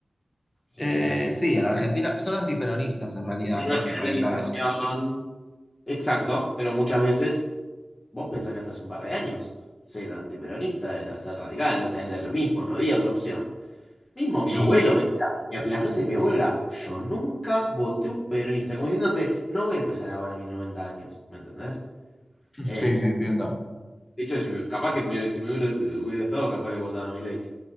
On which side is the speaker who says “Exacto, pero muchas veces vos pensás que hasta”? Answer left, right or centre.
Left